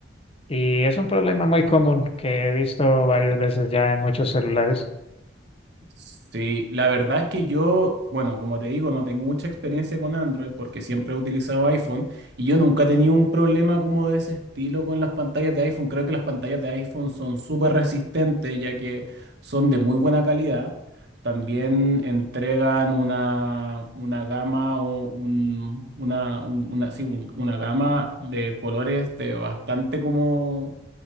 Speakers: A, on the left; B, on the right.
A: y es un problema muy común que he visto varias veces ya en muchos celulares.
B: Sí, la verdad es que yo, bueno, como te digo, no tengo mucha experiencia con Android porque siempre he utilizado iPhone y yo nunca he tenido un problema como de ese estilo con las pantallas de iPhone. Creo que las pantallas de iPhone son súper resistentes ya que son de muy buena calidad. También entregan una, una gama o un- una, un- una- sí, un- una gama de colores de bastante como